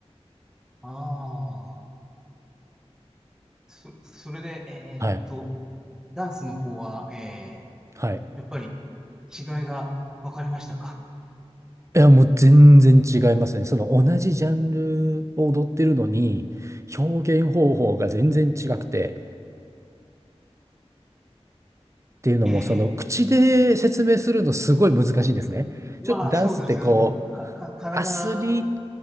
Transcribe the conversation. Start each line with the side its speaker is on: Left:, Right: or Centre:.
Centre: あ、ああ。そ、それで、えーっと、
Right: はい。
Centre: ダンスの方は、え
Right: はい。
Centre: ー、やっぱり違いが分かりましたか
Right: いや、もう全然違いますね。その同じジャンルを踊ってるのに、表現方法が全然違くて、っていうのも、
Centre: ええええ
Right: その口で説明するのすごい難しいんですね。
Centre: まあ、
Right: ちょっとダンスってこう、
Centre: そうですよね。か、か、体、
Right: アスリート、